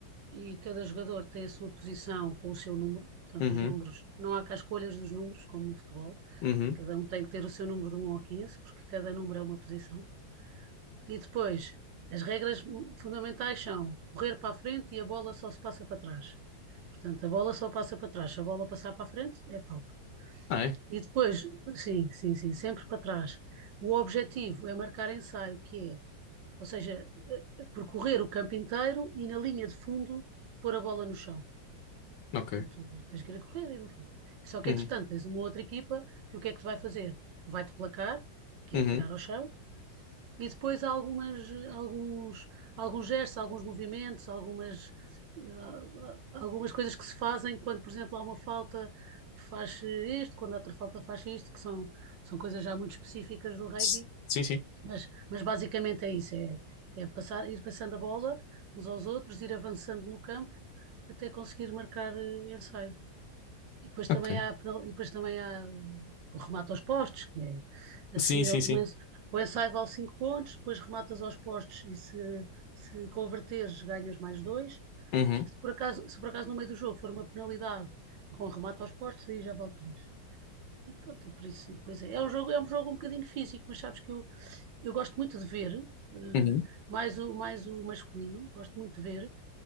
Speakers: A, on the right (about 75°); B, on the left (about 80°).
A: e cada jogador tem a sua posição com o seu número, portanto,
B: Uhum,
A: os números, não há cá escolhas dos números, como no futebol,
B: uhum.
A: cada um tem que ter o seu número de um ao 15 porque cada número é uma posição. E depois, as regras fundamentais são correr para a frente e a bola só se passa para trás. Portanto, a bola só passa para trás, se a bola passar para a frente, é falta.
B: Ah, é?
A: E depois, sim, sim, sim, sempre para trás. O objetivo é marcar ensaio, que é, ou seja, eh, percorrer o campo inteiro e na linha de fundo pôr a bola no chão.
B: Ok.
A: Pronto, tens que ir a correr, e no fundo. Só que,
B: Uhum,
A: entretanto, tens uma outra equipa que o que é que te vai fazer? Vai-te placar, que
B: uhum.
A: é tirar ao chão, e depois há algumas, alguns, alguns gestos, alguns movimentos, algumas, ah, algumas coisas que se fazem quando, por exemplo, há uma falta, faz isto, quando há outra falta, faz isto, que são, são coisas já muito específicas do rugby,
B: S- Sim, sim.
A: mas, mas basicamente é isso, é, é passar, ir passando a bola uns aos outros, ir avançando no campo até conseguir marcar eh, ensaio. E depois também
B: Ok.
A: há, a penal- e depois também há uh, o remate aos postos, que é a
B: Sim,
A: seguir
B: sim,
A: o,
B: sim.
A: ens, o ensaio vale 5 pontos, depois rematas aos postos e se, se converteres ganhas mais dois
B: Uhum,
A: Se por acaso, se por acaso no meio do jogo for uma penalidade com remate aos postos, aí já vale três E pronto, e por isso, e depois é. É um jogo, é um jogo um bocadinho físico, mas sabes que eu, eu gosto muito de ver, eh,
B: uhum,
A: mais o, mais o masculino, gosto muito de ver,